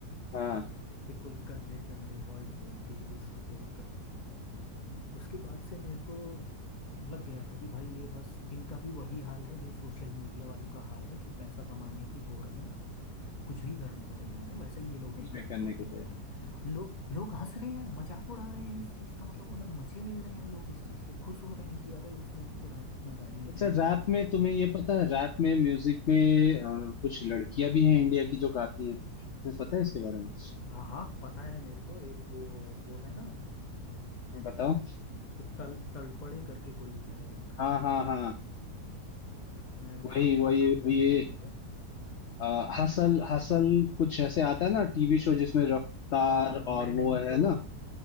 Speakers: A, on the left; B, on the left.
A: हाँ
B: बिल्कुल गंदे गंदे वर्ड बोल के ये सब बोल करके उसके बाद से मेरे को लग गया था कि भाई ये बस इनका भी वही हाल है जो सोशल मीडिया वालों का हाल है जो पैसा कमाने की होड़ में कुछ भी करने को तैयार है वैसे ही ये लोग
A: कुछ
B: भी
A: भी
B: करने
A: करने
B: को
A: को
B: तैयार
A: तैयार
B: हैं लोग लोग हंस रहे हैं मजाक उड़ा रहे हैं इस चीज का मतलब उन्हें मजे ले रहे हैं लोग इस चीज से खुश हो रहे हैं कि अरे उसने उसको रैप में गाली
A: अच्छा
B: दी
A: रात
B: ये करा
A: में तुम्हें ये पता है रात में म्यूजिक में अ, कुछ लड़कियां भी हैं इंडिया की जो गाती हैं तुम्हें पता है इसके बारे में
B: हाँ हाँ पता है मेरे को एक वो वो है ना अम,
A: बताओ
B: कुछ तल तलपड़े करके कोई है एक
A: हाँ हाँ हाँ
B: मैं उसका
A: वही
B: पूरा
A: वही
B: नाम याद
A: ये
B: नहीं है मुझे
A: अ, हसल हसल कुछ ऐसे आता है ना टीवी शो जिसमें रफ्तार
B: हाँ मैं
A: और
B: नहीं
A: वो है
B: तो
A: ना